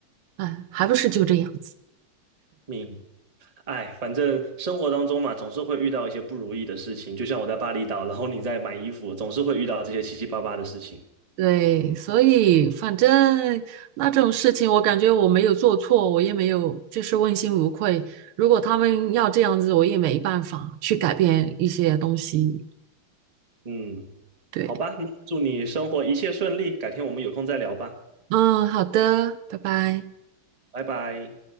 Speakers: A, on the right; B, on the right.
A: 哎，还不是就这样子。
B: 明，哎，反正生活当中嘛，总是会遇到一些不如意的事情。就像我在巴厘岛，然后你在买衣服，总是会遇到这些七七八八的事情。
A: 对，所以反正那这种事情，我感觉我没有做错，我也没有就是问心无愧。如果他们要这样子，我也没办法去改变一些东西。
B: 嗯，
A: 对，
B: 好吧，那祝你生活一切顺利，改天我们有空再聊吧，
A: 嗯，好的，拜拜。
B: 拜拜。